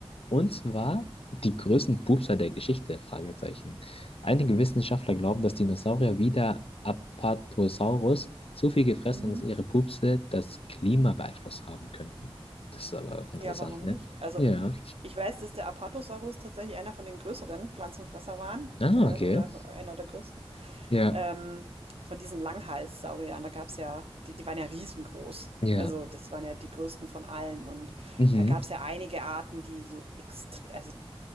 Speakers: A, on the left; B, on the right.
A: Und zwar die größten Pupser der Geschichte, Fragezeichen. Einige Wissenschaftler glauben, dass Dinosaurier wie der Apatosaurus so viel gefressen
B: Mhm.
A: haben, dass ihre Pupse das Klima beeinflusst haben könnten. Das ist aber auch interessant,
B: Ja, warum
A: ne?
B: nicht? Also,
A: Ja.
B: ich weiß, dass der Apatosaurus tatsächlich einer von den größeren Pflanzenfresser waren,
A: Ah,
B: äh,
A: okay.
B: oder einer der größten.
A: Ja.
B: Ähm, von diesen Langhalssauriern, da gab es ja, die, die waren ja riesengroß.
A: Ja.
B: Also, das waren ja die größten von allen. Und
A: Mhm.
B: da gab es ja einige Arten, die so extrem, also